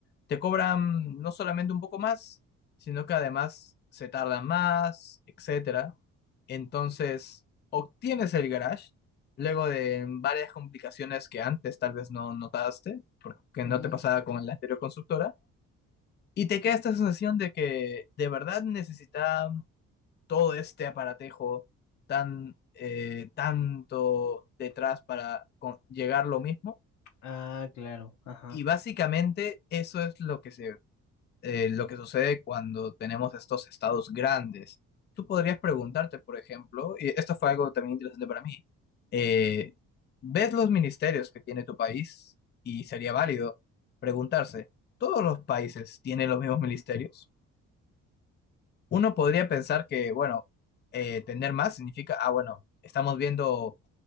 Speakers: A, on the left (about 35°); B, on the left (about 70°).
A: te cobran no solamente un poco más, sino que además se tardan más, etcétera. Entonces, obtienes el garage luego de varias complicaciones que antes tal vez no notaste, porque
B: ujú.
A: no te pasaba con la anterior constructora, y te queda esta sensación de que de verdad necesita todo este aparatejo tan eh, tanto detrás para con- llegar lo mismo.
B: Ah, claro, ajá,
A: Y básicamente eso es lo que se eh, lo que sucede cuando tenemos estos estados grandes. Tú podrías preguntarte, por ejemplo, y esto fue algo también interesante para mí, eh, ves los ministerios que tiene tu país y sería válido preguntarse, ¿todos los países tienen los mismos ministerios? Uno podría pensar que, bueno, eh, tener más significa, ah, bueno, estamos viendo,